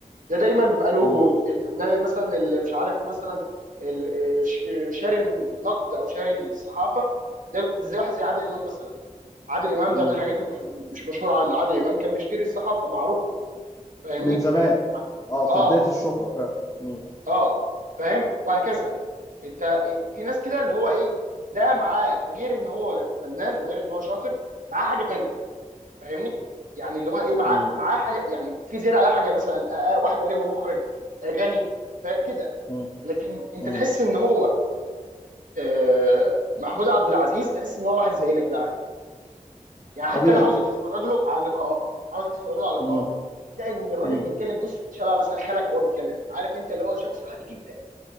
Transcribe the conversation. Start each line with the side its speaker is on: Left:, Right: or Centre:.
Right: ده دايما بيبقى له وجود
Left: مم.
Right: الفنان اللي مثلا اللي مش عارف مثلا ال- آه، ش- آه، شاري النقد او شاري الصحافه ده ده زي واحد زي عادل امام مثلا عادل امام
Left: مم.
Right: ده من الحاجات اللي مش مش مشهوره عنه عادل امام كان بيشتري الصحافه معروفه فاهمني
Left: من زمان اه
Right: اه
Left: في بداية الشهرة فعلا مم.
Right: اه فاهم وهكذا انت في ناس كده اللي هو ايه ده معاه غير ان هو فنان وغير ان هو شاطر معاه حاجه تانية فاهمني يعني اللي هو ايه معاه
Left: مم.
Right: معاه حاجه يعني في زياده على حاجه مثلا آه، آه، واحد قريبه مخرج آه، غني فا- كده
Left: مم.
Right: لكن انت
Left: مم.
Right: تحس ان هو آه، محمود عبد العزيز تحس ان هو واحد زينا كده عادي يعني
Left: طبيعي
Right: حتى انا عاوزك تتفرج له على اللقاءات عاوزك تتفرج له على اللقاءات
Left: مم.
Right: لان الراجل
Left: مم.
Right: بيتكلم بص شبه مثلا خالك وهو بيتكلم عارف انت اللي هو شخص عادي جدا